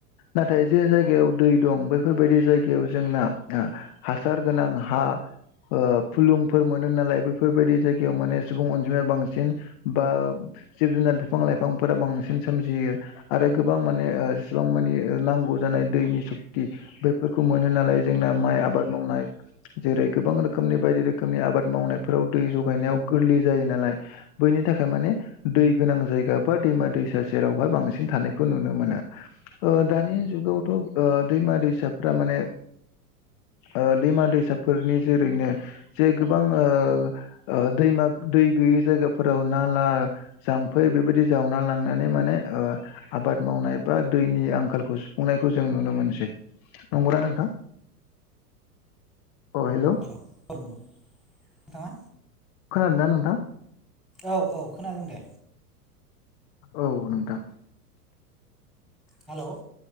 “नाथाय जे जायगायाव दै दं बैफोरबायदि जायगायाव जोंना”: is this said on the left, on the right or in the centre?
Left